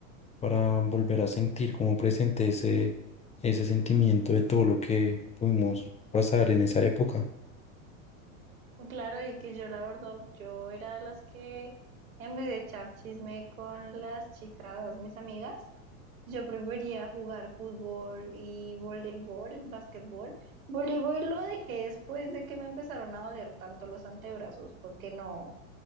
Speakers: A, on the left (about 15°); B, on the right (about 80°).
A: para volver a sentir como presente ese, ese sentimiento de todo lo que pudimos pasar en esa época.
B: Claro, y que yo la verdad, yo era de las que en vez de echar chisme con las chicas, mis amigas, Yo prefería jugar fútbol y voleibol, básquetbol, Voleibol lo dejé después de que me empezaron a doler tanto los antebrazos, porque no,